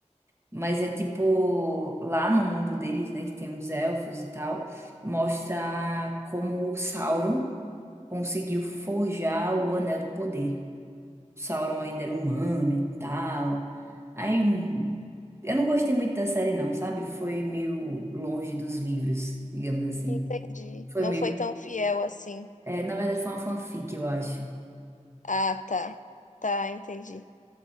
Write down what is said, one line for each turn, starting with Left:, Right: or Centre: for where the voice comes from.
Right: Mas é tipo, lá no mundo deles, né, que tem os elfos e tal, mostra como o Sauron conseguiu forjar o Anel do Poder. O Sauron ainda era humano e tal. Aí eu não gostei muito da série, não, sabe? Foi meio longe dos livros, digamos assim.
Left: Entendi.
Right: Foi
Left: Não
Right: meio.
Left: foi tão fiel assim.
Right: É, na verdade, foi uma fanfic, eu acho.
Left: Ah, tá. Tá, entendi.